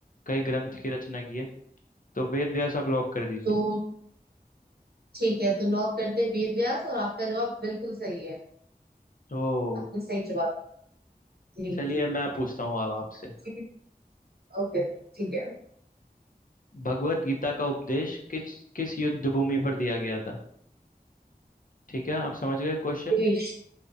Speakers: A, on the left; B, on the right.
A: कई ग्रंथ की रचना की है तो वेद व्यास आप लॉक कर दीजिए
B: तो ठीक है तो लॉक करते हैं वेद व्यास और आपका जवाब बिल्कुल सही है
A: तो
B: आपने सही जवाब जी
A: चलिए
B: जी
A: मैं पूछता हूँ अब आपसे
B: ठीक है ओके ठीक है
A: भगवत गीता का उपदेश
B: ठीक
A: किस
B: है,
A: किस युद्ध भूमि पर दिया गया था ठीक है आप समझ गए क्वेश्चन
B: देश